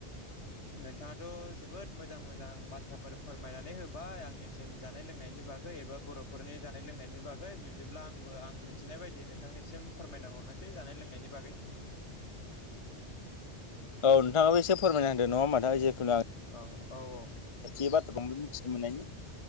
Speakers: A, on the left; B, on the left.
A: नोंथाङाथ' जोबोद मोजां मोजां बाथ्राफोर फोरमायनानै होबाय आंनिसिम जानाय लोंनायनि बागै एबा बर'फोरनि जानाय लोंनायनि बागै बिब्दिब्ला आंबो आं मिथिनाय बायदि नोंथांनिसिम फोरमायना हरनो सै जानाय लोंनायनि बागै
B: औ नोंथाङाबो एसे फोरमाय होनदो नङा होनबा जिखुनु
A: औ औ औ
B: खायसे बाथ्राखौ आंबो मिथिनो मोननायनि <unintelligible>